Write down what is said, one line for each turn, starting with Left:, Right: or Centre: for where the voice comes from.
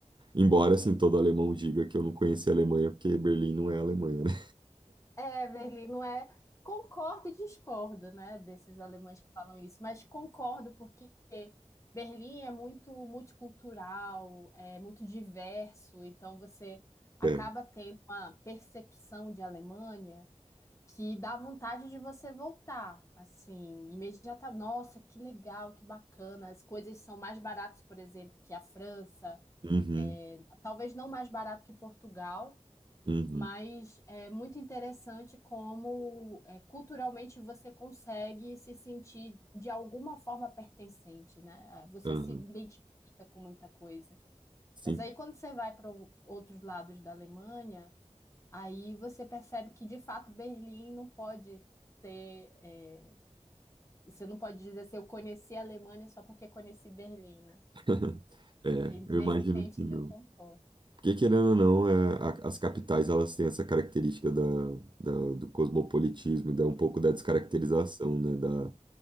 Right: Embora, assim, todo alemão diga que eu não conheci a Alemanha, porque Berlim não é a Alemanha, né?
Left: É, Berlim, não é? Concordo e discordo, né, desses alemães que falam isso, mas concordo porque Berlim é muito multicultural, é muito diverso, então você acaba
Right: É.
Left: tendo uma percepção de Alemanha que dá vontade de você voltar, assim, imediata. Nossa, que legal, que bacana. As coisas são mais baratas, por exemplo, que a França.
Right: Uhum,
Left: É, talvez não mais barato que Portugal,
Right: uhum,
Left: mas é muito interessante como é, culturalmente você consegue se sentir de alguma forma pertencente, né? Você
Right: uhum.
Left: se identifica com muita coisa.
Right: Sim.
Left: Mas aí quando você vai para outros lados da Alemanha Aí você percebe que, de fato, Berlim não pode ser. é, Você não pode dizer assim, eu conheci a Alemanha só porque conheci Berlim, né?
Right: <laughs> É,
Left: E
Right: eu
Left: nesse
Right: imagino
Left: sentido,
Right: que não.
Left: eu concordo.
Right: Porque, querendo ou não, é, a- as capitais, elas têm essa característica da, da- do cosmopolitismo, e da, um pouco da descaracterização, né? Da,